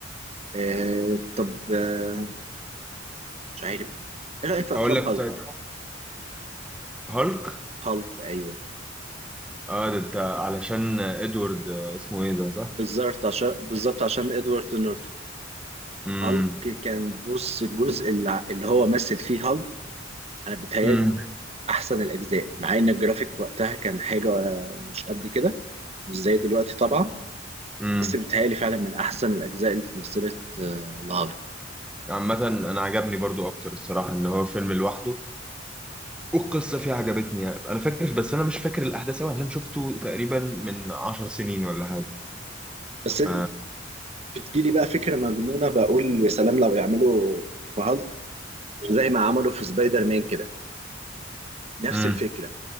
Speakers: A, on the right; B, in the centre.
A: آه طب آه مش عارف ايه رايك في افلام
B: اقول لك
A: هالك
B: طيب هالك
A: هالك ايوه
B: اه ده انت علشان ادوارد آه، اسمه ايه ده صح
A: بالظبط عشان بالظبط عشان ادوارد نورتون
B: امم
A: هالك كان بص الجزء اللي اللي هو مثل فيه هالك انا بتهيألي
B: امم
A: احسن الاجزاء مع ان الجرافيك وقتها كان حاجه مش قد كده مش زي دلوقتي طبعا
B: امم
A: بس بيتهيألي فعلا من احسن الاجزاء اللي اتمثلت آه، لهالك
B: عامة انا عجبني برضو اكتر الصراحة ان هو فيلم لوحده والقصه فيه عجبتني يعني انا فاكر بس انا مش فاكر الاحداث قوي عشان شفته تقريبا من عشر سنين ولا حاجه
A: بس
B: ف
A: بتجيلي بقى فكره مجنونه بقول يا سلام لو يعملوا في هالك زي ما عملوا في سبايدر مان كده نفس
B: امم
A: الفكره